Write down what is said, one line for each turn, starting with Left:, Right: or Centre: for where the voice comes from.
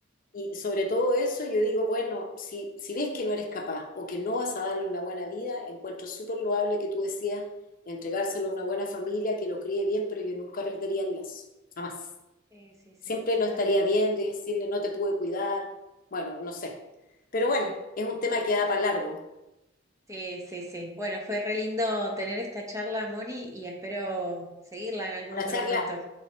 Left: y sobre todo eso yo digo, bueno, si, si ves que no eres capaz o que no vas a darle una buena vida, encuentro súper loable que tú decías entregárselo a una buena familia que lo críe bien, pero yo nunca perdería el lazo, jamás.
Right: Eh, sí, sí,
Left: Siempre
Right: totalmente.
Left: lo estaría viendo y decirle, no te pude cuidar, bueno, no sé. Pero bueno, es un tema que da
Right: Pero...
Left: para largo.
Right: Sí, sí, sí. Bueno, fue re lindo tener esta charla, Moni, y espero seguirla en algún
Left: Una
Right: otro
Left: charla,
Right: momento.